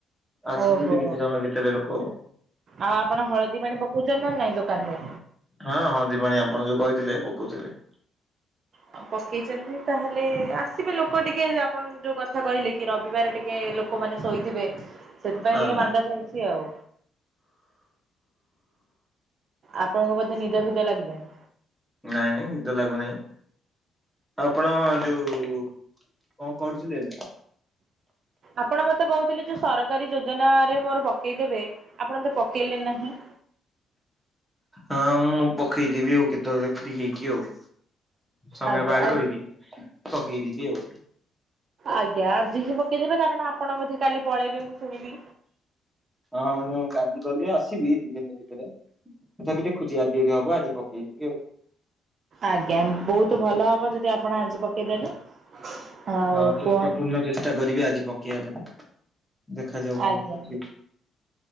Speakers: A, in the centre; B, on the right.
A: ଆସିଯିବେ
B: ଓହୋ
A: କିଛି ସମୟ ଭିତରେ ଲୋକ।
B: ଆଉ ଆପଣ ହଳଦୀ ପାଣି ପକଉଛନ୍ତି ନା ନାଇଁ ଦୋକାନରେ?
A: ହଁ ହଳଦୀ ପାଣୀ ଆପଣ ଯୋଉଁ କହି ଥିଲେ ପକଉଥିଲେ।
B: ପକେଇଛନ୍ତି ତାହେଲେ ଆସିବେ ଲୋକ ଟିକେ ଆପଣ ଯୋଉଁ କଥା କହିଲେ କି ରବିବାର ଟିକେ ଲୋକମାନେ ଶୋଇଥିବେ ସେଥିପାଇଁ
A: ହଁ
B: ଟିକିଏ ମାନ୍ଦା ଚାଲିଛି ଆଉ। ଆପଣଙ୍କୁ ବୋଧେ ନିଦ ଫିଦ ଲାଗିଲାଣିି।
A: ନାଇଁ ନାଇଁ ନିଦ ଲାଗୁନାହିଁ ଆଉ ଆପଣ ଯଉ କଣ କରୁଥିଲି ଏବେ?
B: ଆପଣ ମତେ କହୁଥିଲେ ଯୋଉଁ ସରକାରୀ ଯୋଜନା ରେ ମୋର ପକେଇଦେବେ ଆପଣ ତ ପକେଇଲେ ନାହିଁ।
A: ହଁ ମୁଁ ପକେଇଦବି ଆଉ କେତେବେଳେ ଫ୍ରି ହେଇକି ଆଉ ସମୟ
B: ଆଜ୍ଞା
A: ବାହାର
B: ଆଜି
A: କରିକି ପକେଇ ଦେବି ଆଉ।
B: ଆଜ୍ଞା ଆଜି ହିଁ ପକେଇଦେବେ କାରଣ ଆପଣ ବୋଧେ କାଲି ପଳେଇବେ ମୁଁ ଶୁଣିଲି।
A: ହଁ ମୁଁ କାଲି ଗଲେ ଆସିବି ଦି ଦିନ ଭିତରେ। ତଥାପି ଦେଖୁଛି ଆଜି ଯଦି ହବ ଆଜି ପକେଇ ଯିବି ଆଉ।
B: ଆଜ୍ଞା ବହୁତ ଭଲ ହବ ଯଦି ଆପଣ ଆଜି ପକେଇଦେଲେ। ଆଉ
A: ହଁ ଚେଷ୍ଟା
B: କୁହ
A: ପୂର୍ଣ୍ଣ ଚେଷ୍ଟା କରିବି ଆଜି ପକେଇବା ପାଇଁ। ଦେଖାଯାଉ କଣ
B: ଆଜ୍ଞା
A: ହଉଛି ଆଉ।